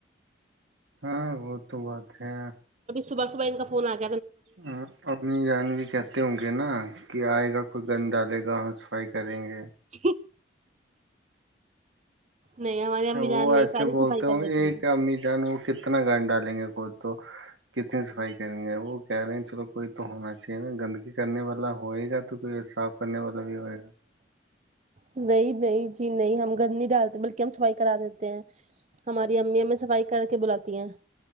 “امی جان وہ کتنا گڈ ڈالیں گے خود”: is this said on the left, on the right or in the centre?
Right